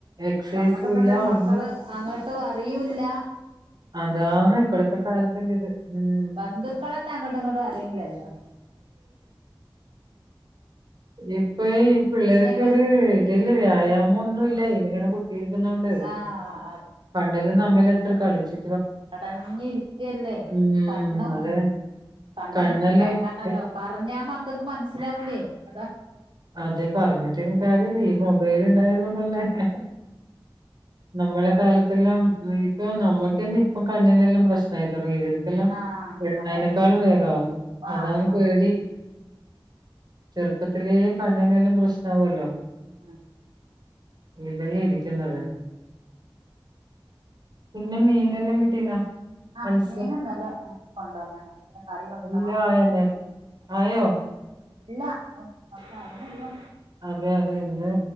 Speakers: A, on the right (about 50°); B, on the right (about 75°).
A: എക്സസൈസും
B: അങ്ങോട്ടും ഇങ്ങോട്ടും
A: ഇല്ല
B: മക്കളെ
A: ഒന്നും
B: അങ്ങോട്ടും അറിയൂല്ല
A: അതാാണ് ഇപ്പഴത്തെ കാലത്തിന്റെ ഇത് ഉം
B: ബന്ധുക്കളന്നെ അങ്ങോട്ടും ഇങ്ങോട്ടും അറിയുന്നില്ലല്ലോ
A: ഇപ്പയീ പിള്ളേർക്കൊരു
B: ഞങ്ങൾ
A: ഇതിലെ വ്യായാമം ഒന്നൂല്ല ഇതിങ്ങനെ കുത്തിയിരിക്കുന്നോണ്ടെ
B: ആഹ്
A: പണ്ടല്ലാം തളെത്ര കളിച്ചി
B: അടഞ്ഞിരിക്കയല്ലേ
A: ഉം
B: കണ്ണു
A: അതെ
B: ഊ കണ്ണനും
A: കണ്ണെല്ലാം
B: കേട്ടാനല്ലോ
A: ഇ-
B: പറഞ്ഞാ മക്കക്ക് മനസ്സിലാവൂലേ അതാ
A: അതെ പറഞ്ഞിട്ടിനി കാര്യമില്ല ഈ മൊബൈല <unintelligible> നമ്മള കാലം എല്ലാം ഇപ്പൊ നമ്മക്കന്നെ ഇപ്പം കണ്ണിനെല്ലാം പ്രശ്നായി തുടങ്ങി വരെ എല്ലാം
B: ആഹ്
A: അതിനെക്കാളും
B: അതന്നെ
A: വേഗാവും
B: ആഹ്
A: അതാണ് പേടി ചെറുപ്പത്തിലേ കണ്ണിനെല്ലാം പ്രശ്നാ വുമല്ലോ
B: ഉം
A: ഇവളെ ഇരിക്കുന്നുന്നത് പിന്നെ മീനെല്ലാം കിട്ടീനാ
B: ആ
A: മത്സ്യ
B: മീനിന്നലെ കൊണ്ടുവന്നനു പിന്നെ കറി വെക്കണം
A: എല്ലാം ആയോ നേ ആയോ
B: ഇല്ല ആകുന്നെയുള്ളൂ
A: അതെ അതെ ഇന്ന്